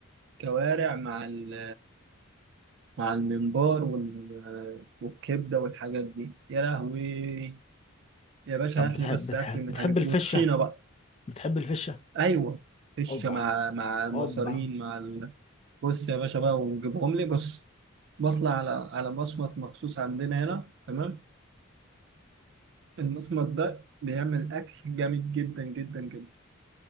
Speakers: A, on the right; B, on the left.
A: كوارع مع ال مع الممبار وال... والكبدة والحاجات دي يا لهوي يا باشا
B: طب
A: هات
B: بتحب
A: لي بس
B: بتحب,
A: أكل من
B: بتحب
A: الحاجات دي
B: الفشه
A: وطحينة بقى
B: بتحب الفشه
A: أيوة فشة
B: اوبا
A: مع مع المصارين
B: اوبا
A: مع ال... بص يا باشا بقى ونجيبهم لي بص بطلع على على مصمت مخصوص عندنا هنا تمام المصمت ده بيعمل أكل جامد جدا جدا جدا